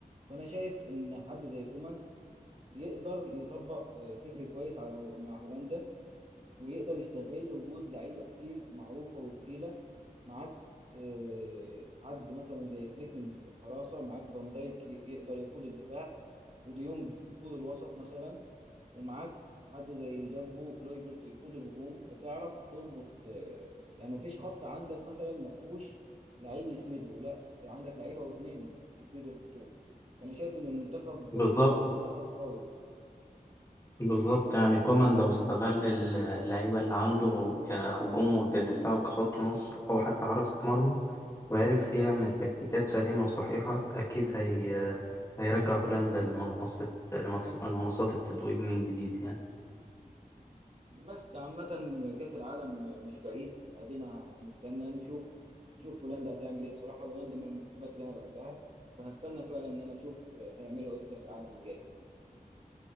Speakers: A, on the right; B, on the left.
A: فانا شايف ان حد زي كومان يقدر يطبق آه، فكر كويس على هو- مع هولندا ويقدر يستغل وجود لعيبه كتير معروفه وتقيله معاك آه، حد مثلا زي فليكن في الحراسه معاك فان دايك ي- يقدر يقود الدفاع وديونج يقود الوسط مثلا ومعاك حد زي جاكبو وكلويفرت يقود الهجوم فتعرف تظبط آه، يعني مفيش خط عندك مثلا مفهوش لعيب يسنده لا انت عندك لعيبه واتنين يسندوا الخطوط فانا شايف ان المنتخب
B: بالظبط
A: بصراحه منتخب قوي
B: بالظبط يعني كومان لو استغل ال- اللعيبة اللي عنده كهجوم وكدفاع وكخط نص أو حتى حراسة مرمى وعرف يعمل تكتيكات سليمة وصحيحة أكيد هي هيرجع هولندا لمنصة لمنص- لمنصات التتويج من جديد يعني
A: بس عامة كأس العالم مش بعيد ادينا هنستنى نشوف شوف هولندا هتعمل ايه بصراحة هولندا من المنتخبات اللي انا بحبها فهستنى فعلا ان انا اشوف هيعملوا ايه في كأس العالم اللي جاي